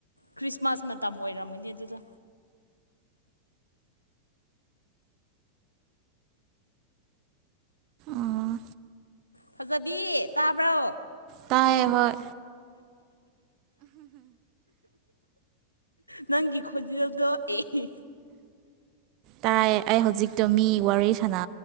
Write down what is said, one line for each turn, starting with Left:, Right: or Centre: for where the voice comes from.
Left: ꯈ꯭ꯔꯤꯁꯃꯥꯁ ꯃꯇꯝ ꯑꯣꯏꯔꯝꯒꯅꯤ ꯑꯗꯨꯗꯣ
Right: ꯑꯥ
Left: ꯐꯖꯕꯤ ꯇꯥꯕ꯭ꯔꯣ
Right: ꯇꯥꯏ ꯍꯣꯏ
Left: ꯅꯪꯒꯤ ꯈꯣꯟꯖꯦꯜꯗꯣ ꯑꯦ
Right: ꯇꯥꯏ ꯑꯩ ꯍꯧꯖꯤꯛꯇꯣ ꯃꯤ ꯋꯥꯔꯤ ꯁꯥꯟꯅ